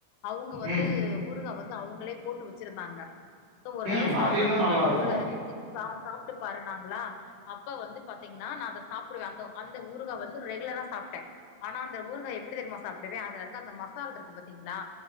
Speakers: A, on the left; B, on the right.
A: அவுங்க வந்து
B: ம்
A: ஊறுகா வந்து அவுங்களே போட்டு வச்சிருந்தாங்க சோ ஒரு தடவ
B: ம்
A: சாப்பட
B: அது இன்னு
A: போது
B: நல்லா
A: அந்த
B: இருக்கு
A: ஊறுகா அத கொஞ்சோ சாப்ட்டு பாருன்னாங்களா அப்ப வந்து பாத்தீங்கன்னா நா அத சாப்புடுவே அந்த அந்த ஊறுகா வந்து ரெகுலரா சாப்ட்டே ஆனா அந்த ஊறுகாய எப்டி தெரியுமா சாப்புடுவே அதுல இருக்கற அந்த மசால் இருக்கு பாத்தீங்களா